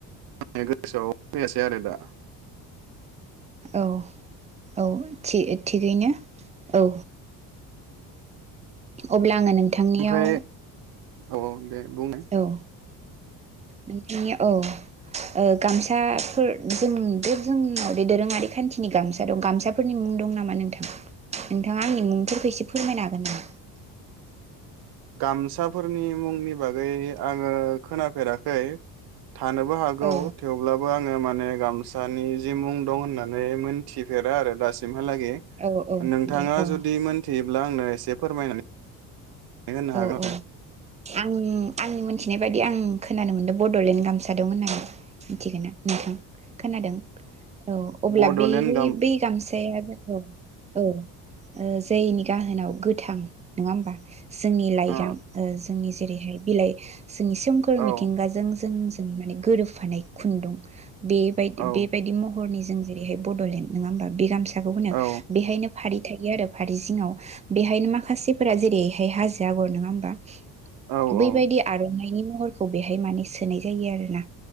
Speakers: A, on the right; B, on the right.
A: <unintelligible> गोसोयाव फैयासै आरो दा
B: औ औ थि थिगैनो औ अ ब्ला आङो नोंथांनियाव
A: ओमफ्राय औ दे बुंनाय
B: औ नोंथांनि औ ओ गामसाफोर जों बे जोंनाव बे दोरोङारि खान्थिनि गामसा दं गामसाफोरनि मुं दं नामा नोंथां नोंथाङा आंनि मुंफोरखौ एसे फोरमायनो हागोन नामा
A: गामसाफोरनि मुंनि बागै आङो खोनाफेराखै थानोबो हागौ
B: औ
A: थेवब्लाबो आ ङो माने गामसानि जि मुं दं होननानै मोनथिफेरा आरो दासिम हा लागे
B: औ औ
A: नोंथाङा
B: दे औ
A: जुदि मोनथियोब्ला आंनो एसे फोरमायनानै होनो
B: औ
A: हागोन
B: औ
A: आरो
B: आं आंनि मोनथिनाय बायदि आं खोनानो मोनदो बड'लेण्ड गामसा दं होननानै मिथिगोना नोंथां खोनादों औ अब्ला
A: बड'लेण्ड
B: बेहाय
A: गाम
B: बै गामसाया औ औ ओ जोयनि गाहोनाव गोथां नङा होमबा जोंनि लाइगां
A: अ
B: ओ जोंनि जेरै हाय बिलाय जोंनि सोमखोर
A: औ
B: मिथिंगाजों जों जों माने गोरोबफानाय खुन्दुं बेबाय
A: औ
B: बेबायदि महरनि जों जेरै हाय बर'लेण्ड नोङा होमबा बि गामसा खौ होनो
A: औ
B: बेहायनो फारि थायो आरो फारि जिङाव बेहायनो मा खासेफोरा जेरैहाय हाजो आगर नोङा होमबा
A: औ
B: बैबायदि
A: औ
B: आर'नाइनि महरखौ बेहाय माने सोनाय जायो आरोना